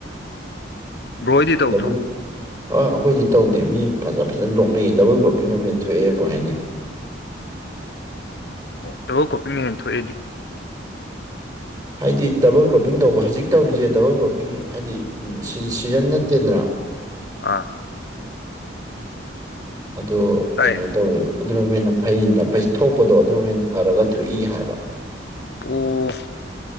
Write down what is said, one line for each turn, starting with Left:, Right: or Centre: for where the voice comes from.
Left: ꯕ꯭ꯔꯣ ꯍꯣꯏꯗꯤ ꯇꯧꯗ꯭ꯔꯣ
Right: ꯗꯕꯥꯜ ꯑ ꯑꯩꯈꯣꯏꯗꯤ ꯇꯧꯗꯦ ꯃꯤ ꯐꯖ ꯐꯖꯅ ꯂꯣꯛꯅꯩ ꯗꯕꯜ ꯒ꯭ꯔꯣꯄꯤꯡ ꯅꯕꯨ ꯍꯦꯟ ꯊꯣꯛꯑꯦꯅꯕꯨ ꯍꯥꯏꯅꯩ꯫
Left: ꯑꯣ ꯗꯕꯜ ꯀꯣꯄꯤꯡꯅ ꯍꯦꯟꯅ ꯊꯣꯛꯑꯦꯗꯤ꯫
Right: ꯍꯥꯏꯗꯤ ꯗꯕꯜ ꯀ꯭ꯔꯣꯞꯄꯤꯡ ꯇꯧꯕ ꯍꯧꯖꯤꯛ ꯇꯧꯔꯤꯁꯦ ꯗꯕꯜ ꯀ꯭ꯔꯣꯞꯄꯤꯡ ꯍꯥꯏꯗꯤ ꯁꯤꯖꯟ ꯅꯠꯇꯦꯗꯅ꯫
Left: ꯑꯥ꯫
Right: ꯑꯗꯣ
Left: ꯇꯥꯏꯌꯦ
Right: ꯀꯩꯅꯣ ꯇꯧꯋꯦꯕ ꯑꯗꯨꯅ ꯍꯦꯟꯅ ꯐꯩꯅ ꯊꯣꯛꯄꯗꯣ ꯑꯗꯨꯅ ꯍꯦꯅ ꯐꯔꯒ ꯊꯣꯛꯏ ꯍꯥꯏꯕ꯫
Left: ꯑꯣ